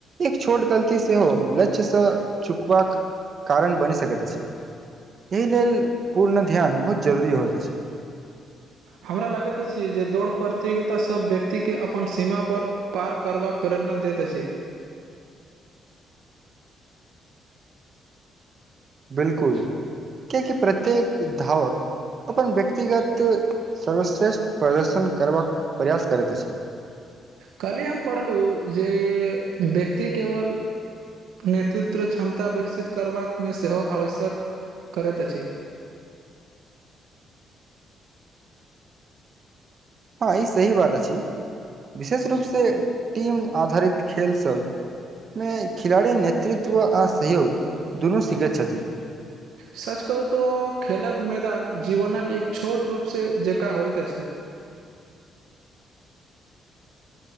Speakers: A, on the right (about 50°); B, on the right (about 80°).
A: एक छोट गलती सेहो लक्ष्यसँ चुकबाक कारण बनि सकैत अछि, एहि लेल पूर्ण ध्यान बहुत जरूरी होइत अछि
B: हमरा लगैत अछि जे दौड़ प्रतियोगिता सभ व्यक्तिके अपन सीमापर पार करबाक प्रेरणा दैत अछि।
A: बिल्कुल, कएकि प्रत्येक धावक अपन व्यक्तिगत सर्वश्रेष्ठ प्रदर्शन करबाक प्रयास करैत अछि।
B: काल्हिये हम पढ़लहुँ जे व्यक्ति केवल नेतृत्व क्षमता विकसित करबाकमे सेहो आवश्यक करैत अछि।
A: हँ ई सही बात अछि, विशेष रूपसँ टीम आधारित खेल सभ मे खिलाड़ी नेतृत्व आ सहयोग दुनू सीखैत छथि।
B: सच कहू तऽ खेलक मैदान जीवनक एक छोट रूपसँ जकाँ होइत अछि।